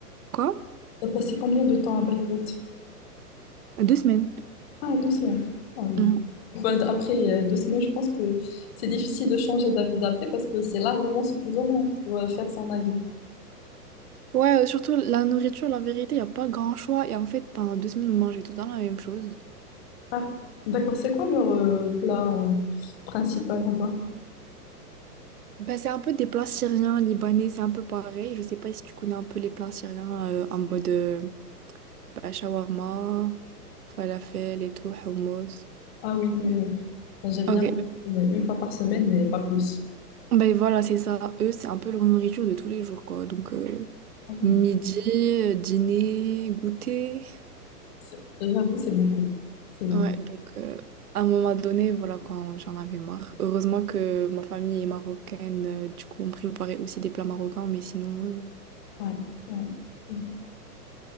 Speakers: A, on the right; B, on the left.
A: Quoi?
B: T'as passé combien de temps à Beyrouth?
A: Deux semaines.
B: Ah, deux semaines. Ah oui.
A: Mhm.
B: Bah, d- après euh, deux semaines, je pense que c'est difficile de changer d'avis d'après parce que c'est largement suffisant pour euh, faire son avis.
A: Ouais, euh, surtout la nourriture, la vérité, il n'y a pas grand choix. Et en fait, pendant deux semaines, on mangeait tout le temps la même chose.
B: Ah, d'accord. C'est quoi leur euh, plat euh, principal là-bas?
A: Ben, c'est un peu des plats syriens, libanais, c'est un peu pareil. Je sais pas si tu connais un peu les plats syriens euh, en mode euh, ben, shawarma, falafel et tout, hummus.
B: Ah oui, oui, oui. Ah, J'aime
A: Ok,
B: bien mais une fois par semaine, mais pas plus.
A: ben voilà, c'est ça. Eux, c'est un peu leur nourriture de tous les jours, quoi. Donc. euh,
B: Ah oui.
A: Midi, euh, dîner, goûter.
B: C'est- J'avoue, c'est beaucoup. C'est beaucoup.
A: Ouais, donc euh, à un moment donné, voilà quoi, j'en avais marre. Heureusement que ma famille est marocaine, euh, du coup on préparait aussi des plats marocains, mais sinon... euh,
B: Ouais, ouais. Ouais.